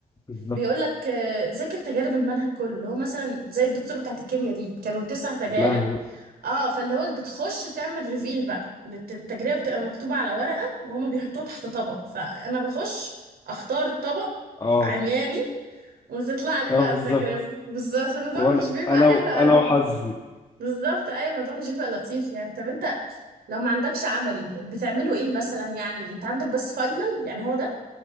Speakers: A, on the left; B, on the right.
A: بالظبط
B: بيقول لك ذاكر تجارب المنهج كله اللي هو مثلا زي الدكتوره بتاعت الكيمياء دي كانوا تسع تجارب
A: يا لهوي
B: اه فاللي هو بتخش تعمل ريفيل بقى بت- التجربه بتبقى مكتوبه على ورقه وهما بيحطوها تحت طبق فانا بخش اختار الطبق
A: اه
B: عمياني وتطلع لي
A: اه
B: بقى
A: بالظبط
B: التجربه بالظبط الموضوع
A: وانا
B: مش بيبقى
A: انا
B: حلو
A: و- انا
B: قوي
A: وحظي
B: بالظبط اي الموضوع مش بيبقى لطيف يعني طب انت لو ما عندكش عملي بتعملوا ايه مثلا يعني انت عندك بس فاينل يعني هو ده